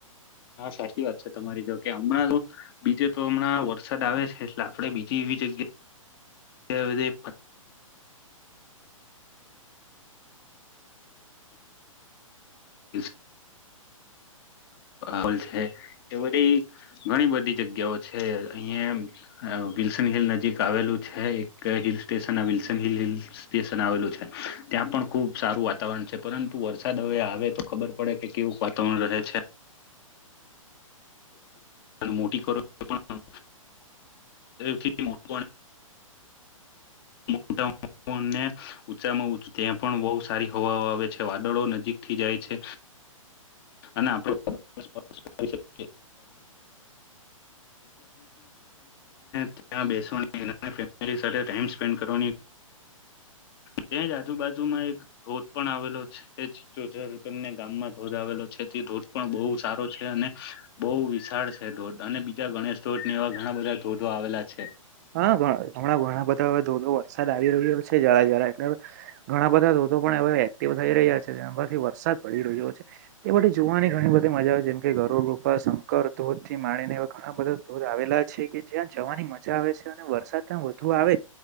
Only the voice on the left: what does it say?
હા. સાચી વાત છે. તમારી જો કે હમણાં બીજે તો હમણાં વરસાદ આવે છે એટલે આપડે બીજ વી જગ્યા <unintelligible> હલ છે એ બધી ઘણી બધી જગ્યાઓ છે અહિયાં વિલ્સન હિલ નજીક આવેલું છે એક hill station Wilson hill hill station આવેલું છે. ત્યાં પણ ખુબ સારું વાતાવરણ છે, પરંતુ વરસાદ હવે આવે તો ખબર પડે કે કેવું વાતાવરણ રહે છે મોટી કરો પણ થી મોટ મોટા <unintelligible> ચામાંચ ત્યાં પણ બહુ સારી હવા આવે છે, વાદળો નજીકથી જાય છે, અને આપડું થી ફ <unintelligible> ત્યા બેસવાની અને ફેમિલી સાથે ટાઈમ સ્પેન્ડ કરવાની. ત્યાં જ આજુબાજુમાં એક ધોધ પણ આવેલો છે. જોજર કરીને ગામમાં ધોધ આવેલો છે તે ધોધ પણ બહુ સારો છે અને બહુ વિશાળ છે ધોધ અને બીજા ગણેશ ધોધ ને એવા ઘણા બધા ધોધો આવેલા છે.